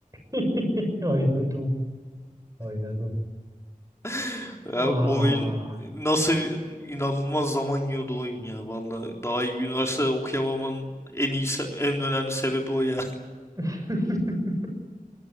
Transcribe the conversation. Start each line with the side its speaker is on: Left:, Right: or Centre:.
Right: <laughs> Oynadım, oynadım.
Left: <laughs> Ya
Right: Aa,
Left: o oyun nasıl bir- inanılmaz zaman yiyordu o oyun ya. Vallahi daha iyi bir üniversitede okuyamamın en iyi se- en önemli sebebi o ya.
Right: <laughs>